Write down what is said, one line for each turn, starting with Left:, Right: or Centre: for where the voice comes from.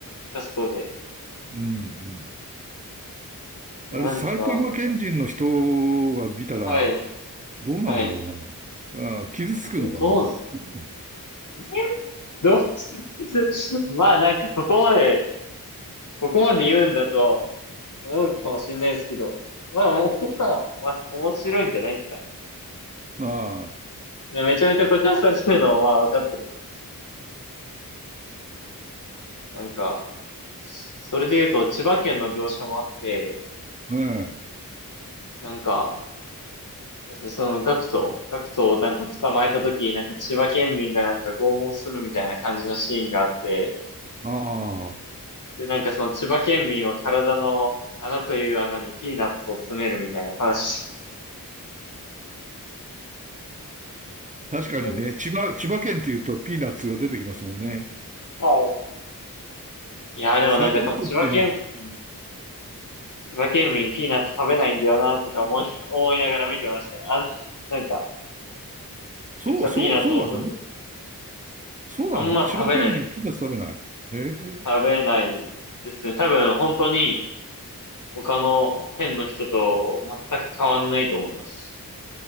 Left: キャストで。
Right: うん、うん。
Left: いや、
Right: あれ、
Left: なんか、
Right: 埼玉県人の人が見たら、
Left: はい、
Right: どうなんだろ
Left: はい。
Right: うな。ああ、傷つくのかな。
Left: え、どうす、
Right: <laughs>
Left: いや、どうす、<laughs> まあなんかここまで、ここまで言うんだとは思うかもしれないですけど、まあもう、<laughs> まあ面白いんじゃないですかね。
Right: あ
Left: で、めちゃめちゃ誇張されてるのはまあわかってるんで。なんか、それで言うと、千葉県の描写もあって、
Right: あ、ねえ。
Left: なんか、その学徒、学徒をなんか捕まえた時きなんか千葉県民がなんか拷問するみたいな感じのシーンがあって、
Right: ああ。
Left: で、なんかその千葉県民は体の穴という穴にピーナッツを詰めるみたいな話。
Right: 確かにね、
Left: なんか、
Right: 千葉、千葉県って言うとピーナッツが出てきますもんね。
Left: はい。いや、でもなんかその千葉県民、
Right: 埼玉県って、
Left: 千葉県民ピーナッツ食べないんだよな、とか思い、思いながら見てましたね。あの、なんか、
Right: そう、
Left: めっちゃピーナッツを押すんで。
Right: そう、そうなのそうなの千葉県民はピーナッツ食べない。
Left: あんま食べない、
Right: へえ、
Left: 食べないですね。多分本当に、他の県の人と全く変わんないと思います。